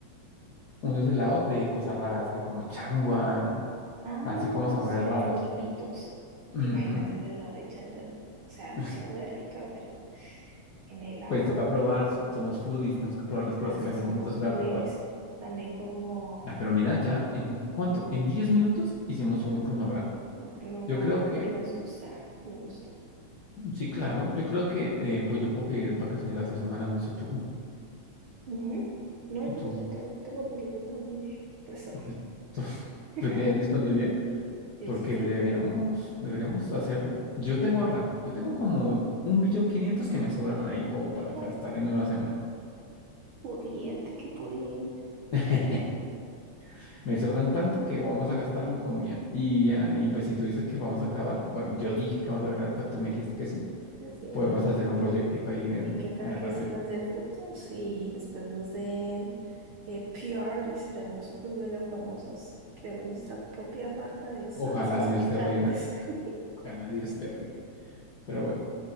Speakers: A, on the left; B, on the right.
A: unos helados de cosas raras, de como changua,
B: Ay,
A: así como
B: los,
A: sabores
B: los
A: raros.
B: de Quipitos.
A: Ujú.
B: ¿Te imaginas el helado de changua? O sea,
A: <laughs>
B: changua es rica, pero en helado.
A: Pues toca probar, so- somos foodies, tenemos que probar las cosas
B: Así
A: que la gente
B: somos,
A: nos atreve
B: pues,
A: a probar.
B: también como
A: La pero mira, ya, ¿en cuánto? En 10 minutos hicimos un cronograma.
B: un cronograma
A: Yo creo que,
B: y nos gusta, me gustó.
A: sí, claro, yo creo que eh, pues yo puedo pedir vacaciones la otra semana, no sé, tú,
B: Ujú. No, yo,
A: tú,
B: yo tengo, tengo libre, yo tengo libre. Por eso.
A: <laughs> tú,
B: <laughs>
A: tú tienes disponibilidad.
B: Sí,
A: Porque
B: sí, sí.
A: deberíamos, deberíamos hacerlo. Yo tengo ahorrado. Yo tengo como un millón quinientos que me sobran ahí como para
B: Oh,
A: gastar en una semana.
B: pudiente, qué pudiente.
A: <laughs> Me sobran tanto que vamos a gastarlo en comida. Y, ah, y pues si tú dices que vamos a grabar, bueno, yo dije que vamos a grabar, pero tú me dijiste que sí.
B: <laughs> Así entonces,
A: Podemos
B: va.
A: hacer un proyectico ahí en,
B: ¿Y qué tal
A: eh,
B: que
A: rápido.
B: si nos dé frutos y después nos den eh, P R y seremos súper mega famosos? Creemos nuestra propia marca de salsas
A: Ojalá Dios
B: picantes.
A: te oiga.
B: <laughs>
A: Ojalá Dios te oiga. Pero bueno,